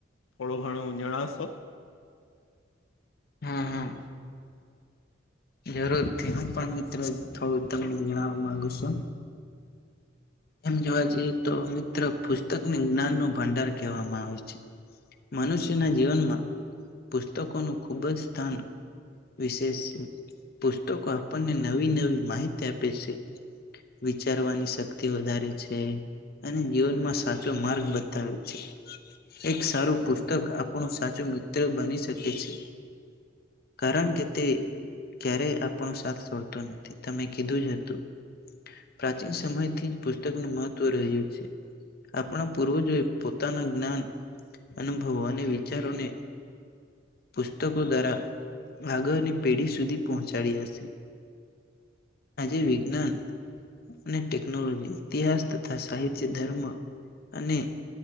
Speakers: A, on the left (about 85°); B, on the left (about 50°).
A: થોડું ઘણું જણાવશો
B: હા હા જરૂર છે હ પણ મિત્રો થોડું તમને જણવા માંગુ છુ. એમ જોવા જઈએ તો મિત્ર પુસ્તકને જ્ઞાન નો ભંડાર કહેવામાં આવે છે. મનુષ્યના જીવનમાં પુસ્તકોનું ખુબ જ સ્થાન વિશેષ છે પુસ્તકો આપણને નવી નવી માહિતી આપે છે. વિચારવાની શક્ તે વધારે છે અને જીવનમાં સાચો માર્ગ બતાવે છે. એક સારું પુસ્તક આપણું સાચું મિત્ર બની શકે છે. કરણ કે તે ક્યારેય આપણો સાથ સોડતો નથી. તમે કીધું જ હતુ. પ્રાચીન સમયથી પુસ્તકનું મહત્વ રહ્યું છે. આપણા પૂર્વજોએ પોતાના જ્ઞાન અનુભવો અને વિચારોને પુસ્તકો દ્વારા આગળની પેઢી સુધી પહોંચાડી હતી. આજે વિજ્ઞાન ને ટેકનોલોજી, ઇતિહાસ તથા સાહિત્ય ધર્મ અને